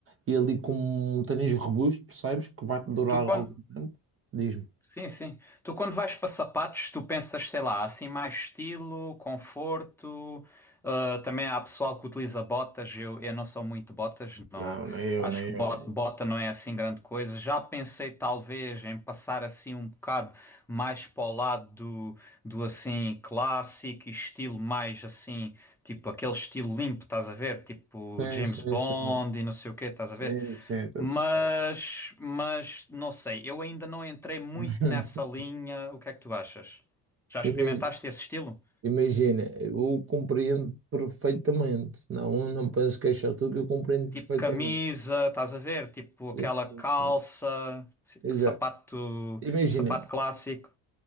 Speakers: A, on the right; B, in the centre.
A: e ali com um tênis robusto, percebes? Que vai-te durar
B: Tu quando
A: algum tempo. Diz-me.
B: Sim, sim. Tu quando vais para sapatos, tu pensas, sei lá, assim mais estilo, conforto. ah, também há pessoal que utiliza botas. Eu, eu não sou muito de botas, não.
A: Não, nem eu,
B: Acho
A: nem
B: que bot-
A: eu, nem eu.
B: bota não é assim grande coisa. Já pensei talvez em passar assim um bocado mais para o lado do, do assim clássico, e estilo mais assim Tipo, aquele estilo limpo, estás a ver? Tipo,
A: Sim,
B: James
A: sim,
B: Bond
A: sim.
B: e não sei o quê, estás
A: Sim,
B: a ver?
A: sim, estou
B: Mas,
A: a perceber.
B: mas, não sei, eu ainda não entrei muito
A: <laughs>
B: nessa linha. O que é que tu achas? Já experimentaste
A: Ima-
B: esse estilo?
A: Imagina, eu compreendo perfeitamente. Não, não penso que é só tu que eu compreendo
B: Tipo
A: perfeitamente.
B: camisa, estás a ver? Tipo aquela
A: Sim, sim,
B: calça,
A: sim. Exato.
B: sapato,
A: Imagina.
B: sapato clássico.